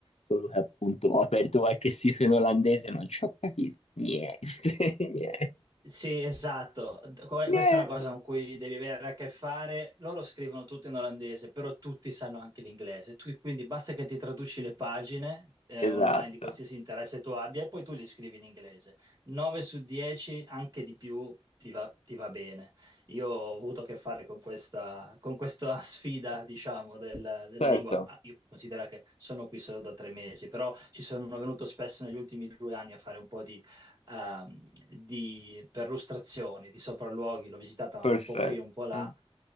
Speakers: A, on the left; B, on the right.
A: solo che appunto ho aperto qualche sito in olandese ma non ci ho capito niente, <laughs> niente,
B: Sì, esatto. D- que-
A: niente.
B: Questa è una cosa con cui devi avere a che fare. Loro scrivono tutto in olandese, però tutti sanno anche l'inglese. Tu- quindi basta che ti traduci le pagine eh,
A: Esatto,
B: online di qualsiasi interesse tu abbia e poi tu li scrivi in inglese. 9 su 10, anche di più, ti va, ti va bene. Io ho avuto a che fare con questa, con questa <laughs> sfida, diciamo, del- della
A: certo,
B: lingua. Ah, Io considero che sono qui solo da tre mesi, però ci sono venuto spesso negli ultimi due anni a fare un po' di ehm, di perlustrazioni, di sopralluoghi, l'ho visitata
A: perfetto.
B: un po' qui, un po' là,
A: Eh.